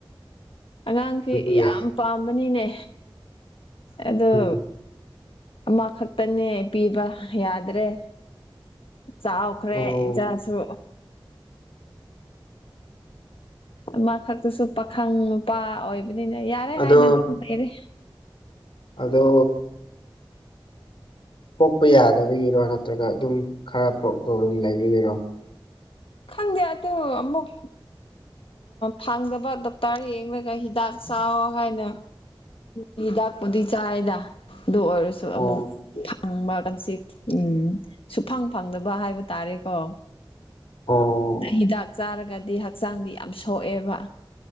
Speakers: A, on the left (about 85°); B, on the left (about 70°).
A: ꯑꯉꯥꯡꯁꯦ
B: ꯅꯨꯄꯤ
A: ꯌꯥꯝ ꯄꯥꯝꯕꯅꯤꯅꯦ ꯑꯣ
B: ꯎꯝ
A: ꯑꯃꯈꯛꯇꯅꯦ ꯄꯤꯕ ꯌꯥꯗ꯭ꯔꯦ ꯆꯥꯎꯈ꯭ꯔꯦ
B: ꯑꯣ
A: ꯏꯆꯥꯁꯨ ꯑꯃ ꯈꯛꯇꯁꯨ ꯄꯥꯈꯪ ꯅꯨꯄꯥ ꯑꯣꯏꯕꯅꯤꯅ ꯌꯥꯔꯦ
B: ꯑꯗꯣ
A: ꯍꯥꯏꯅ ꯑꯗꯨꯝ ꯂꯩꯔꯦ
B: ꯑꯗꯣ ꯄꯣꯛꯄ ꯌꯥꯗꯕꯒꯤꯔꯣ ꯅꯠꯇ꯭ꯔꯒ ꯑꯗꯨꯝ ꯈꯔ ꯄ꯭ꯔꯣꯕ꯭ꯂꯦꯝ ꯂꯩꯕꯒꯤꯔꯣ
A: ꯈꯪꯗꯦ ꯑꯗꯨ ꯑꯃꯨꯛ ꯐꯪꯗꯕ ꯗꯣꯛꯇꯔ ꯌꯦꯡꯂꯒ ꯍꯤꯗꯥꯛ ꯆꯥꯎ ꯍꯥꯏꯅ ꯎ ꯍꯤꯗꯥꯛꯄꯨꯗꯤ ꯆꯥꯏꯗ ꯑꯗꯨ ꯑꯣꯏꯔꯁꯨ
B: ꯑꯣ
A: ꯑꯃꯨꯛ ꯐꯪꯕ ꯎꯝ ꯁꯨꯐꯪ ꯐꯪꯗꯕ ꯍꯥꯏꯕ ꯇꯥꯔꯦꯀꯣ
B: ꯑꯣ
A: ꯍꯤꯗꯥꯛ ꯆꯥꯔꯒꯗꯤ ꯍꯛꯆꯥꯡꯗꯤ ꯌꯥꯝ ꯁꯣꯛꯑꯦꯕ